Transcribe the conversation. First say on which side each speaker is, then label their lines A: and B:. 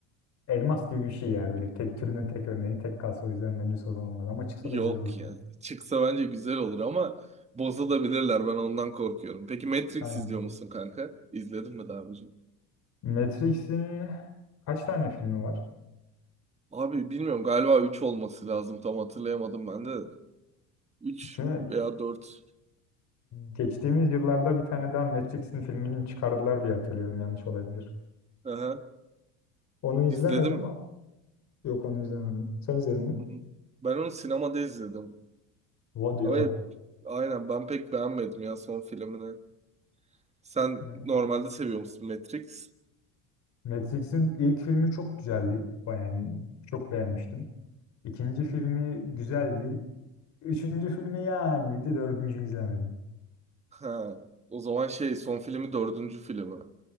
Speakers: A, on the left; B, on the right.
A: Elmas gibi bir şey ya böyle tek türünün tek örneği tek kalsa o yüzden bence sorun olmaz ama çıksa
B: Yok
A: da güzel olur tabii.
B: ya. Çıksa bence güzel olur ama bozulabilirler. Ben ondan korkuyorum. Peki Matrix
A: Aynen.
B: izliyor musun kanka? İzledin mi daha önce?
A: Matrix'in kaç tane filmi var?
B: Abi bilmiyorum galiba 3 olması lazım. Tam hatırlayamadım ben de. 3
A: Çünkü
B: veya 4.
A: geçtiğimiz yıllarda bir tane daha Matrix'in filmini çıkardılar diye hatırlıyorum yanlış olabilir.
B: Aha.
A: Onu izlemedim.
B: İzledin mi?
A: Yok onu izlemedim. Sen izledin mi?
B: Hı hı. Ben onu sinemada izledim.
A: What ya.
B: Ama aynen ben pek beğenmedim ya son filmini. Sen
A: Yani
B: normalde seviyor musun Matrix?
A: Matrix'in ilk filmi çok güzeldi. Baya- Yani çok beğenmiştim. İkinci filmi güzeldi. Üçüncü filmi yani iyiydi. Dördüncü izlemedim.
B: Ha, o zaman şey son filmi dördüncü filmi.